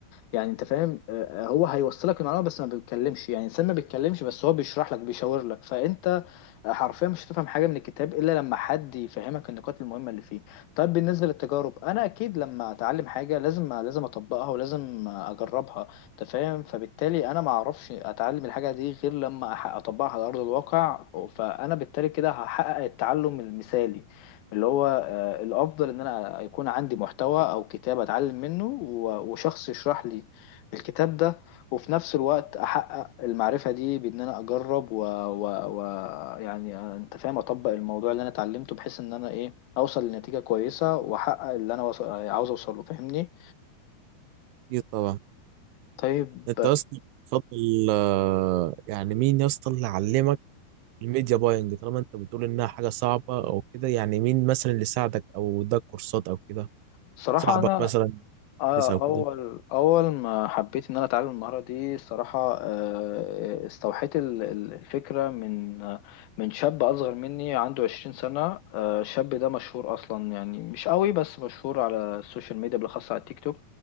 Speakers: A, on the left; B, on the right.
A: يعني انت فاهم آه، آه، هو هيوصلك المعلومه بس ما بيتكلمش يعني الانسان ما بيتكلمش بس هو بيشرح لك بيشاور لك فانت حرفيا مش هتفهم حاجه من الكتاب الا لما حد يفهمك النقاط المهمه اللي فيه طيب بالنسبه للتجارب انا اكيد لما اتعلم حاجه لازم لازم اطبقها ولازم اجربها انت فاهم فبالتالي انا ما اعرفش اتعلم الحاجه دي غير لما أح- اطبقها على ارض الواقع فانا بالتالي كده هحقق التعلم المثالي اللي هو الافضل ان انا يكون عندي محتوى او كتاب اتعلم منه و- وشخص يشرح لي الكتاب ده وفي نفس الوقت احقق المعرفة دي بان انا اجرب و, و... و... يعني انت فاهم اطبق الموضوع اللي انا اتعلمته بحيث ان انا ايه اوصل لنتيجة كويسة واحقق اللي انا وص... عاوز اوصله فاهمني
B: اكيد طبعا
A: طيب
B: انت اصلا تفضل آه، يعني مين يا اسطى اللي علمك الميديا باينج طالما انت بتقول انها حاجه صعبه او كده يعني مين مثلا اللي ساعدك او اداك كورسات او كده
A: صراحة
B: صاحبك
A: انا
B: مثلا
A: اه
B: بس او كده
A: اول اول ما حبيت ان انا اتعلم المهاره دي الصراحه آه، استوحيت ال- ال- الفكره من آه، من شاب اصغر مني عنده 20 سنه آه، الشاب ده مشهور اصلا يعني مش قوي بس مشهور على السوشيال ميديا بالاخص على التيك توك